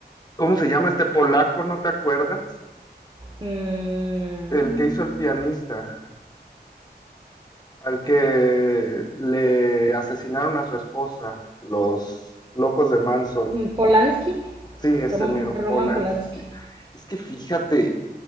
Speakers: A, on the left; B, on the right.
A: ¿Cómo se llama este polaco? ¿No te acuerdas?
B: Mm,
A: El que hizo El pianista, al que le asesinaron a su esposa, los locos de Manson.
B: mm, Polanski,
A: Sí, ese
B: Rom-
A: mero
B: Roman
A: Polanski.
B: Polanski.
A: Es que fíjate,